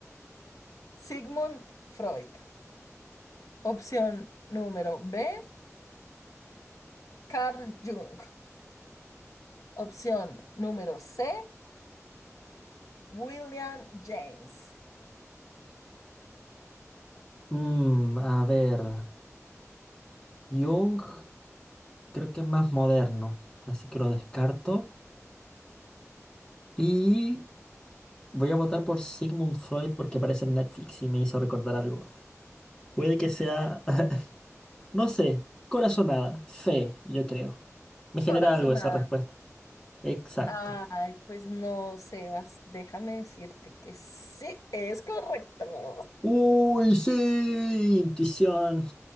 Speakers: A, on the left; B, on the left.
A: Sigmund Freud. Opción número B, Carl Jung. Opción número C, William James.
B: Mm, a ver, Jung creo que es más moderno, así que lo descarto. Y voy a votar por Sigmund Freud porque aparece en Netflix y me hizo recordar algo. Puede que sea, <laughs> no sé, corazonada, fe, yo creo. Me genera
A: Corazonada.
B: algo esa respuesta. Exacto.
A: Ay, pues no, Sebas, déjame decirte que sí, es correcto.
B: Uy, sí, intuición.